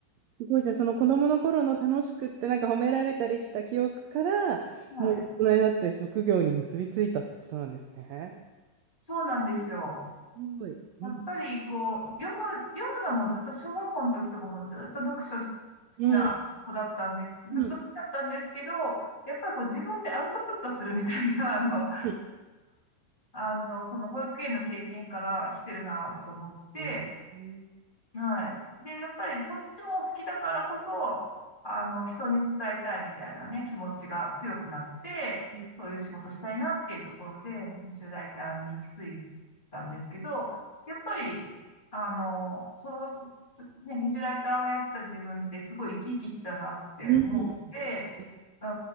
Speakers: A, on the right (about 80°); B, on the left (about 15°).
A: すごい。じゃあ、その子供の頃の楽しくって、なんか褒められたりした記憶から、
B: はい。
A: もう大人になって職業に結びついたってことなんですね。
B: そうなんですよ。
A: すごい。うん。
B: やっぱりこう、読む、読むのもずっと小学校の時とかもずっと読書し好きな子だったんです。
A: うん。
B: ずっと好きだったんですけど、
A: うん。
B: やっぱりこう自分でアウトプットするみたいな、あの、
A: うん。
B: あの、その保育園の経験から来てるなと思って、
A: えーうん。
B: はい。で、やっぱりそっちも好きだからこそ、あの、人に伝えたいみたいなね、気持ちが強くなって、
A: うん。
B: そういう仕事したいなっていうところで、編集ライターに行き着いたんですけど、やっぱり、あの、その、ね、編集ライターをやってた自分ってすごい生き生きしてたなって思って、
A: うん。
B: うん、